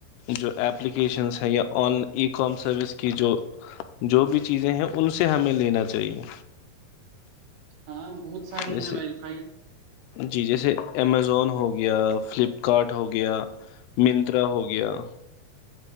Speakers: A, on the left; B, on the right.
A: جو اپپلیکیشنس ہیں یا آن ای کام سروس کی جو جو بھی چیزیں ہیں ان سے ہمیں لینا چاہیے
B: ہاں بہت ساری
A: جیسے
B: ہیں ویریفائڈ
A: جی جیسے امیزون ہو گیا فلپ کارٹ ہو گیا منترا ہو گیا <inaudible>